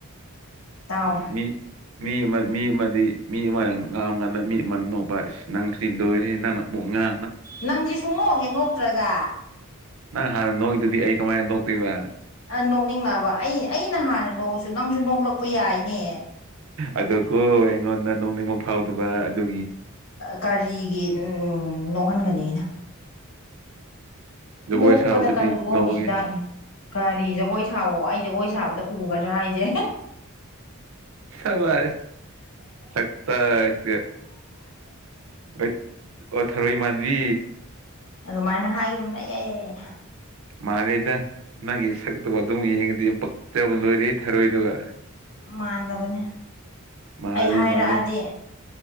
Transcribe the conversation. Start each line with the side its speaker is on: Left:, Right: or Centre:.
Left: ꯇꯥꯎ
Right: ꯃꯤ ꯃꯤ ꯑꯃ ꯃꯤ ꯑꯃꯗꯤ ꯃꯤ ꯑꯃꯅ ꯉꯥꯝꯀꯥꯟꯗ ꯃꯤ ꯑꯃ ꯅꯣꯄꯥ ꯅꯪꯔꯤ ꯗꯣꯏꯔꯦ ꯅꯅꯥꯅꯃꯛ ꯉ
Left: ꯅꯪꯗꯤ ꯁꯨꯡꯅꯣꯛꯍꯦ ꯅꯣꯛꯇ꯭ꯔꯒ
Right: ꯅꯪ ꯍꯥꯟꯅ ꯅꯣꯛꯏꯗꯨꯗꯤ ꯑꯩ ꯀꯃꯥꯏꯅ ꯅꯣꯛꯇꯣꯏꯕ
Left: ꯑ ꯅꯣꯛꯅꯤꯡꯂꯛꯑꯕ ꯑꯩ ꯑꯩꯅ ꯍꯥꯟꯅ ꯅꯣꯛꯑꯁꯨ ꯅꯪꯁꯨ ꯅꯣꯛꯂꯛꯄ ꯌꯥꯏꯅꯦ
Right: ꯑꯗꯨꯀꯣ ꯑꯩꯉꯣꯟꯗ ꯅꯣꯡꯅꯤꯡꯕ ꯐꯥꯎꯗꯕ ꯑꯗꯨ
Left: ꯒꯥꯔꯤꯒꯤ ꯎꯝ ꯅꯣꯛꯍꯟꯒꯅꯤ ꯑꯅ
Right: ꯖꯒꯣꯏ
Left: ꯅꯣꯛꯄꯗ
Right: ꯁꯥꯎꯗꯨꯗꯤ
Left: ꯀꯜꯂꯨꯀꯣ
Right: ꯅꯣꯛꯑꯒꯦ
Left: ꯍꯤꯗꯥꯛꯅꯦ ꯀꯔꯤ ꯖꯒꯣꯏ ꯁꯥꯥꯎꯋꯣ ꯑꯩ ꯖꯒꯣꯏ ꯁꯥꯕꯗ ꯎꯒꯗ꯭ꯔꯥ ꯍꯥꯏꯁꯦ
Right: ꯁꯃ ꯁꯛꯇꯒ ꯍꯣꯏ ꯑꯣ ꯊꯔꯣꯏ ꯏꯃꯥꯟꯕꯤ
Left: ꯑꯗꯨꯃꯥꯏꯅ ꯍꯥꯏꯒꯅꯨꯅꯦ ꯑꯩ ꯌꯥꯏ ꯌꯥꯏ ꯌꯥꯏ
Right: ꯃꯥꯂꯦꯗ ꯅꯪꯒꯤ ꯁꯛꯇꯒ ꯑꯗꯨꯝ ꯌꯦꯡꯉꯗꯤ ꯄꯛꯆꯕꯅ ꯂꯣꯏꯔꯦ ꯊꯔꯣꯏꯏꯗꯒ
Left: ꯃꯥꯟꯗꯕꯅꯦ
Right: ꯃꯥꯜꯂꯦ
Left: ꯑꯩ ꯍꯥꯏꯔꯛꯑꯗꯤ
Right: ꯃꯥꯜꯂꯦ